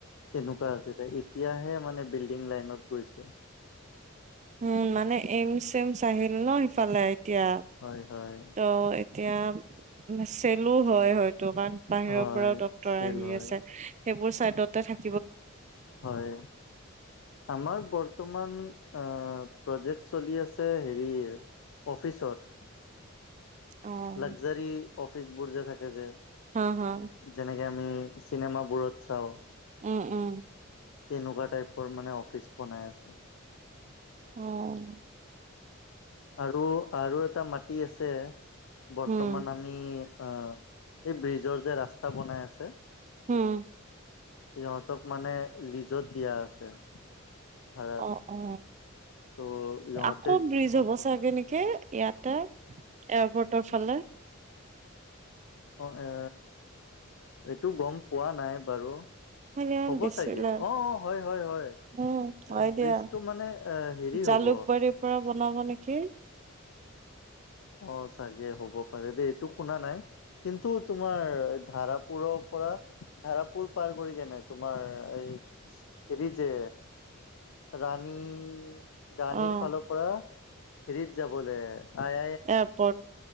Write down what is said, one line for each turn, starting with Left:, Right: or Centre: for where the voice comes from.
Left: তেনেকুৱা আছে ত তেতিয়াহে মানে বিল্ডিং লাইনত গৈছে।
Right: উম মানে এইমচ চেমচ আহিল ন সিফালে এতিয়া
Left: হয় হয়
Right: ত' এতিয়া চেলো হয় হয়তোন বাহিৰৰ
Left: হয়
Right: পৰাও ডক্তৰ
Left: চেল
Right: আহি
Left: হয়
Right: আছে। সেইবোৰ চাইডতে থাকে।
Left: হয় আমাৰ বৰ্তমান। আহ প্ৰজেক্ট চলি আছে হেৰি অফিচত।
Right: অ',
Left: লাকজাৰী অফিচবোৰ যে থাকে যে।
Right: হা হা।
Left: যেনেকে আমি চিনেমাবোৰত চাওঁ।
Right: উম উম।
Left: তেনেকুৱা টাইপৰ মানে অফিচ বনাই আছে।
Right: অ'।
Left: আৰু আৰু এটা মাটি আছে বৰ্তমান
Right: উম,
Left: আমি। অ এই ব্ৰিজৰ যে ৰাস্তা বনাই আছে।
Right: হম।
Left: সিহঁতক মানে লিজত দিয়া আছে। ভাড়াত
Right: অ অ
Left: ত' ইহঁতে
Right: আকৌ ব্ৰিজ
Left: ক'ত
Right: হ'ব চাগে। নেকি ইয়াতে এয়াৰপৰ্টৰ ফালে।
Left: অ এ এইটো গম পোৱা নাই বাৰু।
Right: সেইদিনাখন
Left: হ'ব
Right: দিছিলে
Left: চাগে অ অ হয় হয় হয়।
Right: উম হয়
Left: ব্ৰিজটো
Right: দিয়া
Left: মানে এ হেৰি
Right: জালুকবাৰীৰ
Left: হ'ব
Right: পৰা। ল'ব নেকি।
Left: অ চাগে হ'ব পাৰে দেই এইটো শুনা নাই কিন্তু তোমাৰ ধাৰাপুৰৰ পৰা। ধাৰাপুৰ পাৰ কৰি কেনে তোমাৰ এই হেৰি যে। ৰাণী ৰাণীৰ
Right: অ',
Left: ফালৰ পৰা হেৰিড যাবলৈ আ।
Right: এয়াৰপৰ্ট